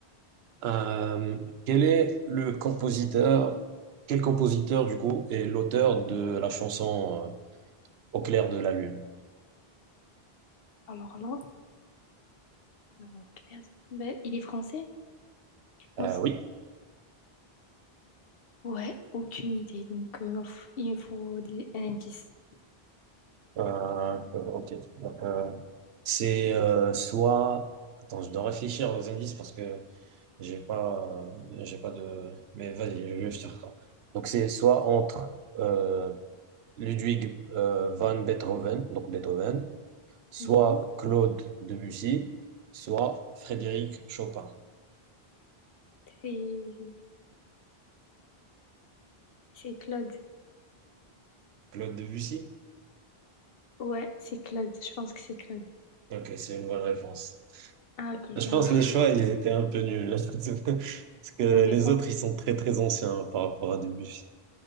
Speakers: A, on the right; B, on the left.
A: Euh, quel est le compositeur, quel compositeur du coup est l'auteur de la chanson euh, Au clair de la lune?
B: Alors là, euh, merde. Ben, il est français, je pense.
A: Euh, oui.
B: Ouais, aucune idée. Donc, euh, il me faut, il me faut des, un indice.
A: Euh, euh, ok. Donc, euh, c'est euh, soit. Attends, je dois réfléchir aux indices parce que j'ai pas, euh, j'ai pas de. Mais vas-y, je je te rattrape. Donc c'est soit entre euh, Ludwig euh, van Beethoven, donc Beethoven, soit
B: Mhm.
A: Claude Debussy, soit Frédéric Chopin.
B: C'est, c'est Claude.
A: Claude Debussy?
B: Ouais, c'est Claude. Je pense que c'est Claude.
A: Ok, c'est une bonne réponse.
B: Ah, ok,
A: Je
B: ça
A: pense que
B: va.
A: les choix, ils étaient un peu nuls. <laughs> Parce que
B: Non, mais
A: les
B: ça,
A: autres, ils sont très très anciens par rapport à Debussy.